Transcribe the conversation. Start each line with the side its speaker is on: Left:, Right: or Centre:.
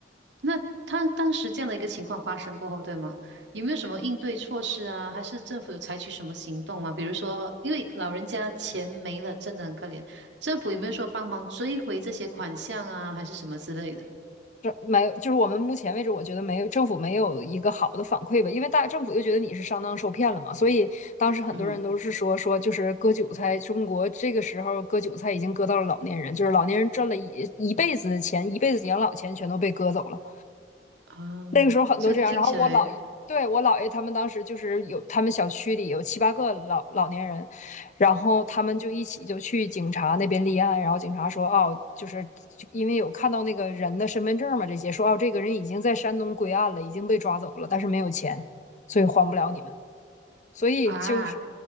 Right: 那他当时这样的一个情况发生过后，对吗？有没有什么应对措施啊？还是政府有采取什么行动吗？比如说，因为老人家钱没了，真的很可怜，政府有没有说帮忙追回这些款项啊，还是什么之类的？
Left: 这没有，就是我们目前为止，我觉得没有政府没有一个好的反馈吧，因为大政府就觉得你是上当受骗了嘛，所以当时很多人都是说说就是割韭菜，
Right: 嗯，
Left: 中国这个时候割韭菜已经割到了老年人，就是老年人赚了一一辈子的钱，一辈子养老钱全都被割走了。
Right: 啊，
Left: 那个时候很多这样，
Right: 这听起来
Left: 然后我姥爷，对，我姥爷他们当时就是有他们小区里有七八个老老年人，然后他们就一起就去警察那边立案，然后警察说哦，就是因为有看到那个人的身份证嘛，这些说哦，这个人已经在山东归案了，已经被抓走了，但是没有钱，所以还不了你们。所以就是，
Right: 啊，